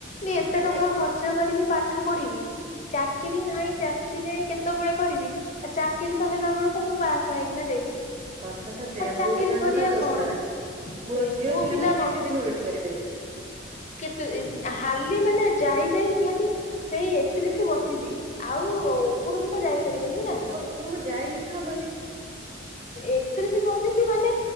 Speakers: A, on the left (about 35°); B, on the right (about 30°).
A: ଏତେ ଟଙ୍କା
B: ନାଇଁ
A: ଖର୍ଚ୍ଚ କରିବି ପାଠ ପଢିବି ଚାକିରି ନାହିଁ ଚାକିରି ଯାଇ କେତେବେଳେ କରିବି ଆଉ ଚାକିରି ତ ହେଲା ବେଳକୁ ମୁଁ ବାହା ଆସା ହେଇକିନା ଯାଇଥିବି।
B: କଥା ତ ସେଇୟଆ
A: ଆଉ ଚାକିରି
B: ପୁଅ ପିଲାଙ୍କ
A: କରିବା
B: କଥା ଦୋସହରା
A: କଣ
B: ପୁଅ
A: ସେଇଆ
B: ଝିଅ ପିଲାମାନୋନେ
A: ପିଲା
B: କେତେ ଦିନ ୱେଟ କରିବେ।
A: କେତୁ ଇଶି ହାଲି ମାନେ ଯାଇ ଯାଇ ନିହାତି ସେଇ ଏକତିରିଶି ବତିଶି ଆଉ ଉପରକୁ ତ ଯାଇପାରିବେନି ନା।
B: ଆଉ ଉପରକୁ ଯାଇ ହିଁ ହବନି।
A: ଏକତିରିଶି ବତିଶି ମାନେ